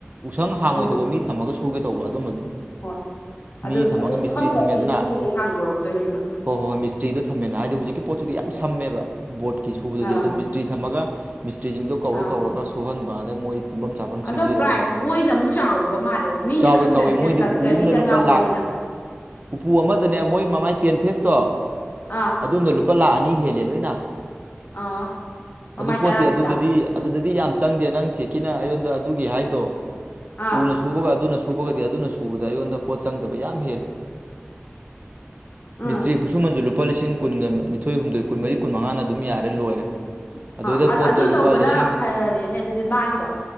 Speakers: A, on the right; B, on the left.
A: ꯎꯁꯪ ꯍꯥꯡꯉꯣꯏꯗꯧꯕ
B: ꯎꯝ
A: ꯃꯤ ꯊꯝꯃꯒ ꯁꯨꯒꯦ ꯇꯧꯕ ꯑꯗꯨꯝꯕꯗꯨꯅ
B: ꯍꯣꯏ
A: ꯃꯤ
B: ꯑꯗꯨ
A: ꯊꯝꯃꯒ
B: ꯑꯗꯨ
A: ꯃꯤꯁꯇ꯭ꯔꯤ
B: ꯈꯪꯗ꯭ꯔꯗꯤ
A: ꯊꯝꯃꯦꯗꯅ
B: ꯃꯣꯏꯒꯤ ꯑꯃꯨꯛ ꯍꯥꯡꯗꯣꯔꯛꯇꯣꯏꯅꯦꯕ
A: ꯍꯣꯏ ꯍꯣꯏ ꯍꯣꯏ ꯃꯤꯇ꯭ꯔꯤꯗꯨ ꯊꯝꯃꯦꯅ ꯍꯥꯏꯗꯤ ꯍꯧꯖꯤꯛ ꯄꯣꯠ ꯁꯝꯃꯦꯕ ꯕꯣꯠꯀꯤ ꯁꯨꯕꯗꯗꯤ
B: ꯑꯥ
A: ꯑꯗꯨꯝ ꯃꯤꯁꯇ꯭ꯔꯤ ꯊꯝꯃꯒ ꯃꯤꯁꯇ꯭ꯔꯤꯁꯤꯡꯗꯣ ꯀꯧꯔ
B: ꯑꯥ
A: ꯀꯧꯔꯒ ꯁꯨꯍꯟꯕꯗꯦ ꯃꯣꯏ ꯇꯨꯝꯐꯝ ꯆꯥꯐꯝ
B: ꯑꯗꯣ
A: ꯁꯦꯝꯕꯤꯔꯒ
B: ꯄ꯭ꯔꯥꯏꯖꯁꯦ ꯃꯣꯏꯅ ꯑꯃꯨꯛ ꯆꯥꯎꯕ ꯃꯥꯜꯂꯦꯕ ꯃꯤꯅ
A: ꯆꯥꯎꯋꯦ
B: ꯈꯪꯗꯕꯅꯤꯅ
A: ꯆꯥꯎꯋꯦ ꯃꯣꯏꯗꯤ
B: ꯂꯛꯖꯔꯤꯗ
A: ꯎꯄꯨ ꯑꯝꯗ ꯂꯨꯄꯥ
B: ꯉꯥꯎꯕꯅꯤꯅ
A: ꯂꯥꯛ ꯎꯄꯨ ꯑꯃꯗꯅꯦ ꯃꯣꯏ ꯃꯃꯥꯏ ꯇꯦꯟ ꯐꯦꯁꯇꯣ
B: ꯑꯥ
A: ꯑꯗꯨꯝꯗ ꯂꯨꯄꯥ ꯂꯥꯛ ꯑꯅꯤ ꯍꯦꯜꯂꯦ ꯂꯣꯏꯅ
B: ꯑꯥ ꯃꯃꯥꯏ
A: ꯑꯗꯨ ꯄꯣꯠꯇꯤ
B: ꯇꯔꯥꯁꯤꯗ
A: ꯑꯗꯨꯗꯗꯤ ꯑꯗꯨꯗꯗꯤ ꯌꯥꯝ ꯆꯪꯗꯦ ꯅꯪ ꯁꯦꯀꯤꯅ ꯑꯩꯉꯣꯟꯗ ꯑꯗꯨꯒꯤ ꯍꯥꯏꯗꯣ
B: ꯑꯥ
A: ꯎꯅ ꯁꯨꯕꯒ ꯑꯗꯨꯅ ꯁꯨꯕꯒꯗꯤ ꯑꯗꯨꯅ ꯁꯨꯕꯗ ꯑꯩꯉꯣꯟꯗ ꯄꯣꯠ ꯆꯪꯗꯕ ꯌꯥꯝ ꯍꯦꯜꯂꯤ ꯃꯤꯁꯇ꯭ꯔꯤ
B: ꯎꯝ
A: ꯈꯨꯠꯁꯨꯃꯟꯖꯨ ꯂꯨꯄꯥ ꯂꯤꯁꯤꯡ ꯀꯨꯟꯒ ꯅꯤꯊꯣꯏ ꯍꯨꯝꯗꯣꯏ ꯀꯨꯟꯃꯔꯤ ꯀꯨꯟꯃꯉꯥꯅ ꯑꯗꯨꯝ ꯌꯥꯔꯦ ꯂꯣꯏꯔꯦ ꯑꯗꯨꯏꯗ
B: ꯑ
A: ꯄꯣꯠꯇꯣ
B: ꯑꯗꯨ
A: ꯂꯨꯄꯥ
B: ꯇꯧꯕꯅ
A: ꯂꯤꯁꯤꯡ
B: ꯐꯔꯦꯅꯦ ꯑꯗꯨꯗꯤ ꯃꯥꯒꯤꯗꯣ